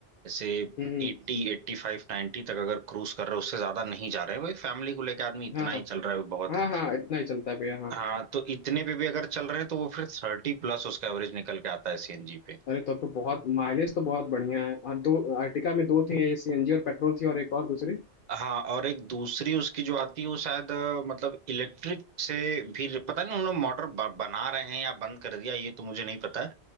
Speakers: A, on the right; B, on the left.
A: जैसे
B: हम्म
A: 80
B: हम्म,
A: एट्टी फाइव नाइन्टी तक अगर क्रूज कर रहे हैं उससे ज्यादा नहीं जा रहे हैं भाई फैमिली को लेके आदमी इतना
B: हाँ हाँ
A: ही चल रहा है बहुत
B: हाँ
A: है
B: हाँ इतना ही चलता है भैया हाँ
A: हाँ तो इतने पे भी अगर चल रहे हैं तो वो फिर थर्टी प्लस उसका एवरेज निकल के आता है सीएनजी पे
B: अरे तब तो, बहुत माइलेज तो बहुत बढ़िया है और दो अर्टिका में दो थी ये सीएनजी और पेट्रोल थी और एक और दूसरी
A: हाँ और एक दूसरी उसकी जो आती है वो शायद अ, मतलब इलेक्ट्रिक से भी पता नहीं उन्होंने मोटर बना रहे हैं या बंद कर दिया ये तो मुझे नहीं पता